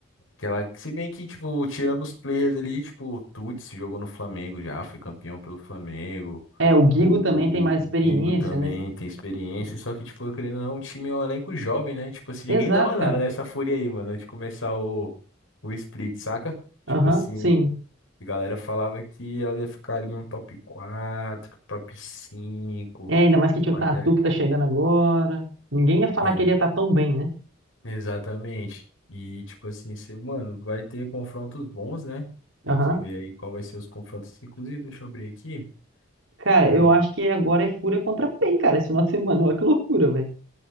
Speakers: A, on the left (about 90°); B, on the right (about 85°).
A: Aquela, se bem que, tipo, tirando os players ali, tipo, o Tuts jogou no Flamengo já, foi campeão pelo Flamengo.
B: é, o Guigo
A: O
B: também tem mais experiência,
A: Guigo também
B: né?
A: tem experiência, só que, tipo, querendo ou não, o time é um elenco jovem, né? Tipo assim,
B: Exato,
A: ninguém dava nada
B: cara.
A: nessa fúria aí, mano, antes de começar o, o split, saca? Tipo
B: Aham,
A: assim,
B: sim.
A: a galera falava que ela ia ficar ali um top 4, top 5,
B: É, ainda mais que tinha
A: mas
B: o Tatu
A: é.
B: que tá chegando agora. Ninguém ia falar
A: é
B: que ele ia estar tão bem, né?
A: Exatamente. E, tipo assim, você, mano, vai ter confrontos bons, né? Tem
B: Aham.
A: que ver aí qual vai ser os confrontos. Inclusive, deixa eu abrir aqui.
B: Cara,
A: Pra...
B: eu
A: ver.
B: acho que agora é Fúria contra PEN, cara, esse final de semana. Olha que loucura, velho.